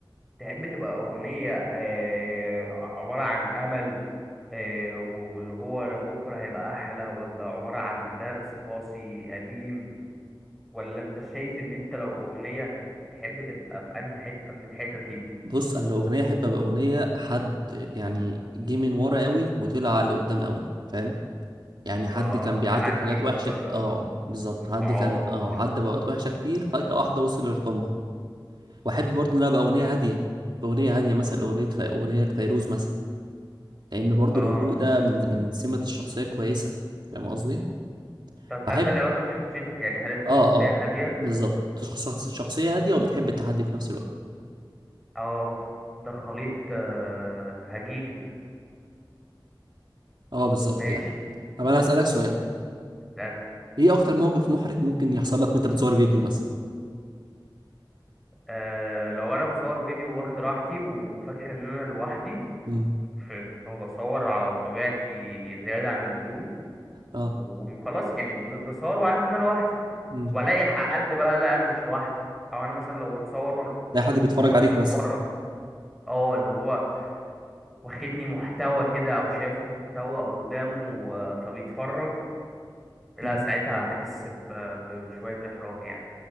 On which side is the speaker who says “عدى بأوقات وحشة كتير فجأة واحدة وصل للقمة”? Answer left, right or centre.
Right